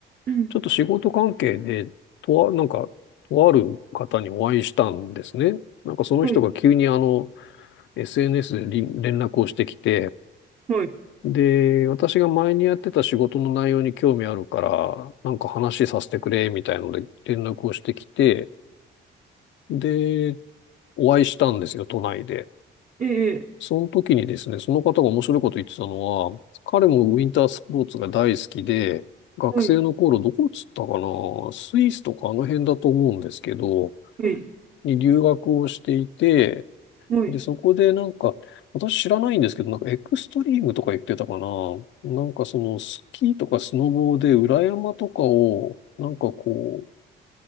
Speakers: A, on the right; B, on the left.
A: うん。
B: ちょっと仕事関係で、とあ、なんか、とある方にお会いしたんですね。なんかその人が急にあの、
A: はい。
B: SNS でり連絡をしてきて、
A: はい。
B: で、私が前にやってた仕事の内容に興味あるから、なんか話させてくれ、みたいので連絡をしてきて、で、お会いしたんですよ、都内で。
A: ええ。ええ
B: その時にですね、その方が面白いこと言ってたのは、彼もウィンタースポーツが大好きで、学生の頃どこっつったかな、
A: はい。
B: スイスとかあの辺だと思うんですけど、
A: はい。
B: に留学をしていて、
A: はい。
B: で、そこでなんか、私知らないんですけど、なんかエクストリームとか言ってたかな。なんかそのスキーとかスノボーで裏山とかを、なんかこう、